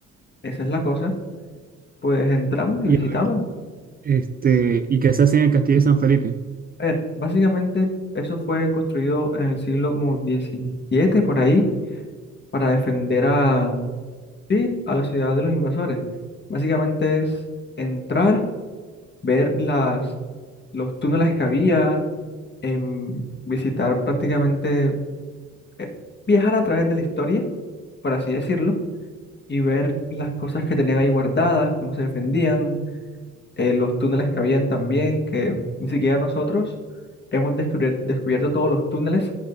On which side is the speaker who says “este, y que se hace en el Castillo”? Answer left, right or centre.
Right